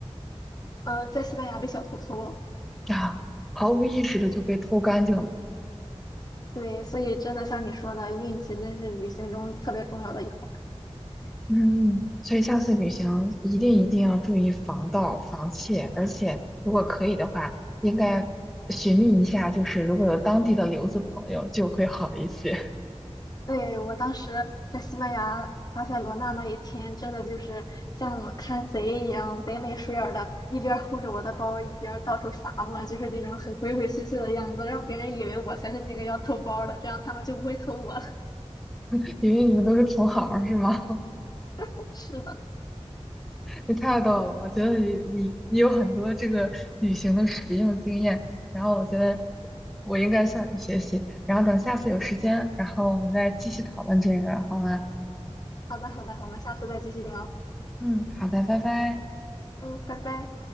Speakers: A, on the left; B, in the centre.
A: <laughs> 呃，在西班牙被小偷偷了。
B: 啊？毫无意识的就被偷干净了，
A: 对，所以真的像你说的，运气真是旅行中特别重要的一环。
B: 嗯，所以下次旅行一定一定要注意防盗防窃，而且如果可以的话，应该寻觅一下，就是如果有当地的留子朋友就会好一些，
A: 对，我当时在西班牙巴塞罗那那一天，真的就是像看贼一样，贼眉鼠眼儿的，一边儿护着我的包，一边儿到处撒我，就是那种很鬼鬼祟祟的样子，让别人以为我才是那个要偷包儿的，这样他们就不会偷我了。
B: <laughs> 因为你们都是同行儿是吗？
A: <laughs> 是的，
B: 你太逗了，我觉得你你你有很多这个旅行的实用经验，然后我觉得我应该向你学习，然后等下次有时间，然后我们再继续讨论这个，好吗？
A: 好的，好的，我们下次再继续聊。
B: 嗯，好的，拜拜。
A: 嗯，拜拜。